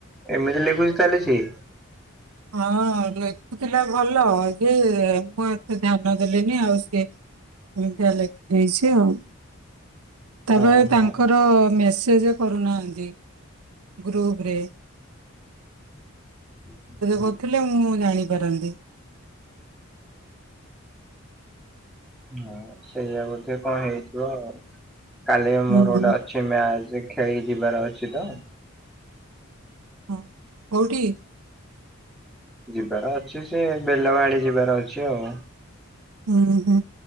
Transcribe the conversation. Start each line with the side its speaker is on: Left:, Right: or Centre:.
Centre: ଏମିତି ଲେଖୁଛି ତାହେଲେ ସିଏ।
Right: ହଁ ଲେଖୁଥିଲା ଭଲ ଯେ ମୁଁ ଏତେ ଧ୍ୟାନ ଦେଲିନି ଆଉ ସିଏ ଏମିତିଆ ଲେଖିଦେଇଛି ଆଉ। ତାପରେ
Centre: ଓହୋ
Right: ତାଙ୍କର ମେସି କରୁ ନାହାନ୍ତି ଗ୍ରୁପରେ।
Centre: <inaudible>
Right: କଥିଲେ ମୁଁ ଜାଣିପାରନ୍ତି।
Centre: ହଁ ସେଇଆ ବୋଧେ କଣ ହେଇଥିବ ଆଉ କାଲି ମୋର
Right: ହୁଁ।
Centre: ଗୋଟେ ଅଛି ମ୍ୟାଚ୍। ସେ ଖେଳି ଯିବାର ଅଛି ତ।
Right: ହଁ କୋଉଠି?
Centre: ଯିବାର ଅଛି ସେ ବେଲ ବାହାଳି ଯିବାର ଅଛି ଆଉ ।
Right: ଉୁଁ ହୁଁ